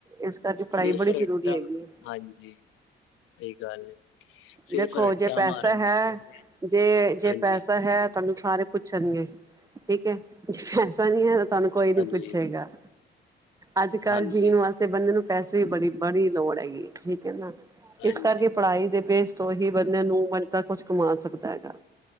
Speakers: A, on the right; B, on the left.
A: ਇਸ ਕਰਕੇ ਪੜ੍ਹਾਈ
B: ਸਿਰਫ
A: ਬੜੀ ਜ਼ਰੂਰੀ
B: ਰੱਟਾ
A: ਹੈਗੀ ਹੈ
B: ਹਾਂਜੀ। ਸਈ ਗੱਲ ਏ। ਸਿਰਫ
A: ਦੇਖੋ
B: ਰੱਟਾ
A: ਜੇ ਪੈਸਾ
B: ਮਾਰਨ
A: ਹੈ
B: ਦੀ ਬਜਾਏ
A: ਜੇ ਜੇ
B: ਹਾਂਜੀ,
A: ਪੈਸਾ ਹੈ। ਤੁਹਾਨੂੰ ਸਾਰੇ ਪੁੱਛਣਗੇ ਠੀਕ ਐ ਜੇ ਪੈਸਾ ਨੀ ਐ। ਤੁਹਾਨੂੰ ਕੋਈ ਨੀ
B: ਹਾਂਜੀ,
A: ਪੁੱਛੇਗਾ ਅੱਜ ਕੱਲ
B: ਹਾਂਜੀ,
A: ਜੀਣ ਵਾਸਤੇ। ਬੰਦੇ ਨੂੰ ਪੈਸੇ ਵੀ ਬੜੀ ਬੜੀ ਲੋੜ ਹੈਗੀ ਠੀਕ ਐ ਨਾ
B: ਹਾਂਜੀ,
A: ਇਸ ਕਰਕੇ ਪੜ੍ਹਾਈ ਦੇ ਬੇਸ, ਤੋਂ ਹੀ ਬੰਦੇ ਨੂੰ <unintelligible> ਤਾਂ ਕੁਛ ਕਮਾ ਸਕਦਾ ਹੈਗਾ।